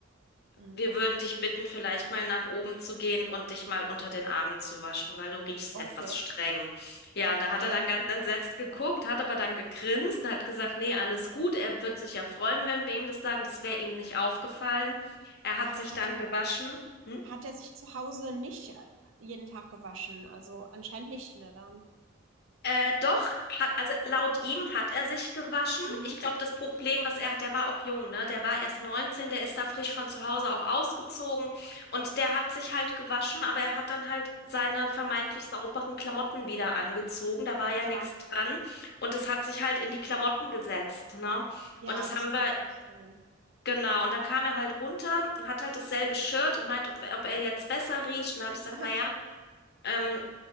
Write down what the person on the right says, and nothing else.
mhm.
Okay,
okay.
Aber
hat
er
hat er sich zu Hause nicht äh, jeden Tag gewaschen. Also anscheinend nicht, ne, dann.
Mhm.
Mhm.
Ja,
ja,
das
kann
natürlich sein.
<laughs>